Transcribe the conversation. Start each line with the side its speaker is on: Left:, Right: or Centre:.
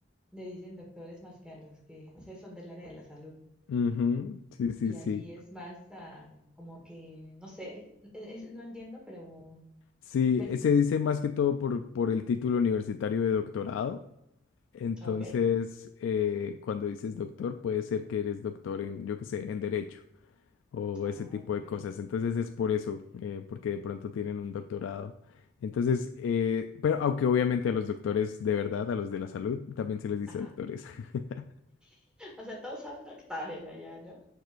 Centre: le dicen doctores más que a los que, no sé, son del área de la salud.
Left: ujú, Sí, sí,
Centre: Y
Left: sí.
Centre: allí es más ah, como que, no sé, es- es- no entiendo, pero
Left: Sí,
Centre: bueno,
Left: se dice más que todo por, por el título universitario de doctorado. Entonces,
Centre: ok.
Left: eh, cuando dices doctor, puede ser que eres doctor en, yo qué sé, en derecho o
Centre: Ah,
Left: ese tipo
Centre: ok.
Left: de cosas. Entonces es por eso, eh, porque de pronto tienen un doctorado. Entonces, eh, pero aunque obviamente a los doctores de verdad, a los de la salud, también se les dice
Centre: Ajá.
Left: doctores. <laughs>
Centre: <laughs> O sea, todos son doctores allá, ¿no?